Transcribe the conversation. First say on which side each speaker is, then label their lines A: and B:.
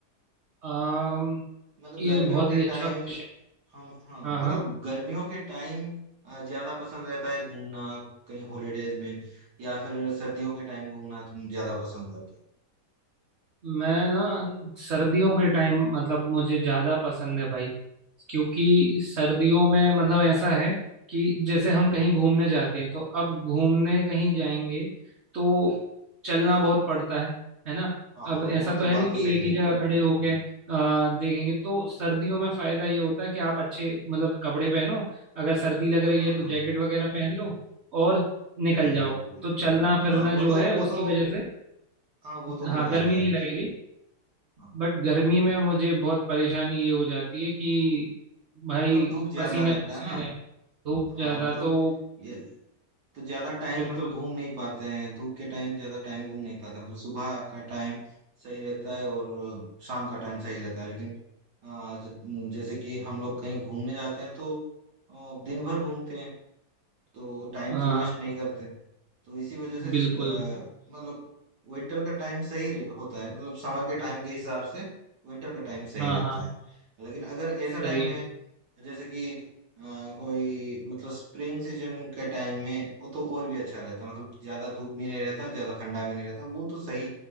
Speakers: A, on the right; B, on the right.
A: अम,
B: मतलब
A: ये
B: गर्मियों
A: बहुत
B: के
A: ही अच्छा
B: टाइम
A: क्वेश्चन
B: हम हाँ
A: हाँ
B: मतलब
A: हाँ
B: गर्मियों के टाइम अ, ज्यादा पसंद रहता है घूमना कहीं हॉलीडेज में या फिर सर्दियों के टाइम घूमना तुम ज्यादा पसंद करते
A: मैं ना सर्दियों के टाइम मतलब मुझे ज़्यादा पसंद है भाई क्योंकि सर्दियों में मतलब ऐसा है कि जैसे हम
B: हो हाँ हाँ
A: कहीं घूमने जाते हैं तो अब घूमने कहीं जाएंगे तो चलना बहुत पड़ता है है ना
B: हाँ हाँ,
A: अब ऐसा
B: वो
A: तो
B: तो
A: है
B: बात
A: नहीं
B: तो
A: कि
B: सही
A: एक
B: है
A: ही जगह खड़े होके आ, देखेंगे तो सर्दियों में फ़ायदा ये होता है कि आप अच्छे मतलब कपड़े पहनो अगर सर्दी लग रही
B: हाँ
A: है तो
B: हाँ
A: जैकेट वगैरह पहन लो और निकल
B: जी
A: जाओ
B: जी जी
A: तो चलना फिरना
B: हाँ वो
A: जो
B: तो
A: है
B: वो
A: उसकी
B: तो
A: वजह से
B: हाँ वो तो
A: हाँ
B: हो जाता
A: गर्मी नहीं लगेगी
B: है
A: बट गर्मी में मुझे बहुत परेशानी ये हो जाती है कि भाई
B: मतलब धूप ज्यादा
A: पसीना
B: रहता
A: पसीना
B: है ना
A: है, धूप
B: हाँ
A: ज्यादा
B: मतलब
A: तो
B: ये तो ज्यादा टाइम
A: बिल्कुल
B: मतलब घूम नहीं पाते हैं धूप के टाइम ज्यादा टाइम घूम नहीं पाते हैं। मतलब सुबह का टाइम सही रहता है और शाम का टाइम सही रहता है लेकिन आ, ज- जैसे कि हम लोग कहीं घूमने जाते हैं तो आ, दिन भर घूमते हैं तो टाइम
A: हाँ
B: तो वेस्ट नहीं करते तो इसी वजह से
A: बिल्कुल
B: आ, मतलब विंटर का टाइम सही रह- होता है मतलब समर के टाइम के हिसाब से विंटर का टाइम सही
A: हाँ
B: रहता
A: हाँ
B: है लेकिन अगर
A: सही
B: ऐसा टाइम है तो जैसे कि अ, कोई मतलब स्प्रिंग सीजन के टाइम में वो तो और भी अच्छा रहता मतलब ज्यादा धूप भी नहीं रहता ज्यादा ठंडा भी नहीं रहता वो तो सही